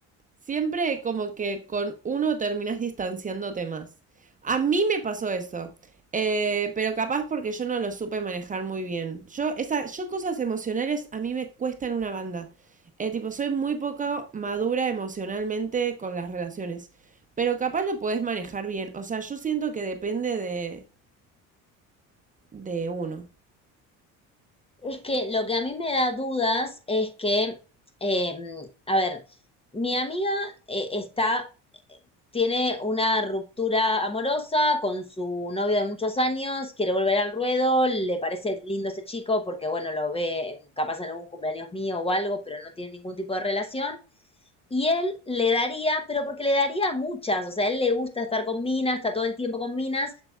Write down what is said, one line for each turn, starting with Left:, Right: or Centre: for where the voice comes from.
Right: Siempre como que con uno terminás distanciándote más. A mí me pasó eso. Eh, pero capaz porque yo no lo supe manejar muy bien. Yo, esa, yo cosas emocionales a mí me cuestan una banda. Eh, tipo, soy muy poco madura emocionalmente con las relaciones. Pero capaz lo podés manejar bien. O sea, yo siento que depende de, de uno.
Left: Es que lo que a mí me da dudas es que, eh, a ver, mi amiga eh, está, tiene una ruptura amorosa con su novio de muchos años, quiere volver al ruedo, le parece lindo ese chico porque, bueno, lo ve capaz en algún cumpleaños mío o algo, pero no tiene ningún tipo de relación. Y él le daría, pero porque le daría muchas, o sea, a él le gusta estar con minas, está todo el tiempo con minas.